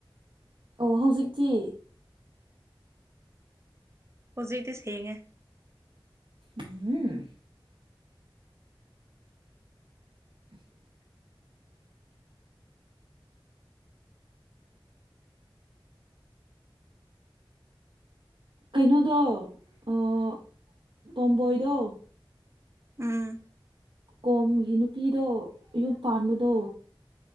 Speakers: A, on the right; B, on the right.
A: ꯑꯣ ꯍꯧꯖꯤꯛꯇꯤ
B: ꯍꯧꯖꯤꯛꯇꯤ ꯁꯦꯡꯉꯦ꯫
A: ꯎꯝ <inaudible> ꯀꯩꯅꯣꯗꯣ ꯑꯥ ꯇꯣꯝꯕꯣꯏꯗꯣ
B: ꯎꯝ
A: ꯀꯣꯝꯒꯤ ꯅꯨꯄꯤꯗꯣ ꯌꯨꯝ ꯄꯥꯟꯕꯗꯣ